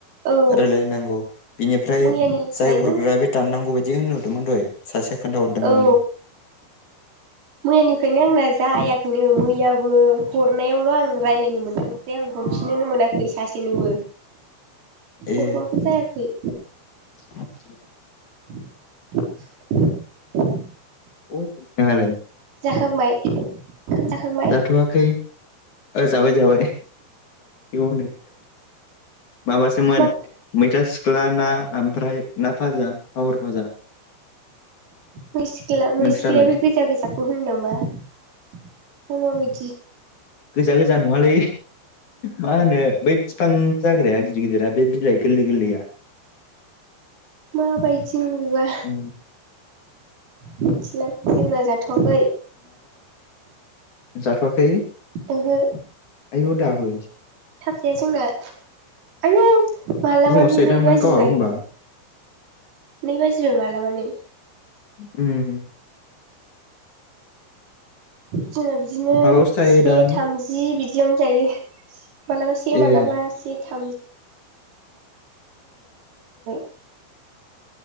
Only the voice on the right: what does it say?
औ
मैयानिफ्रायनो
औ
मैयानिफ्रायनो आंना जायाखैनो मैयाबो हरनायावल आं रायलायनो मोनदों ओमफ्राय आं हरफिननोनो मोनाखै सासेनोबो
हरबाबो जायाखै
<inaudible>
जाखांबाय ओंखाम जाखांबाय
मा
मैं सिख्ला मै
सिख्लाया बे गोजा गोजाखौ होनो नामा। मा माबायदि।
माबायदि नुवा
मिथिला जेंना जाथ। थगै।
ओहो
से जोंना आयु मालाबानो
नै बाजिबाय
नै बाजिबाय मालाबानो।
जोंना बिदिनो
से थामजि बिदि जियावनो जायो। मालाबा से
मालाबा से थाम <inaudible>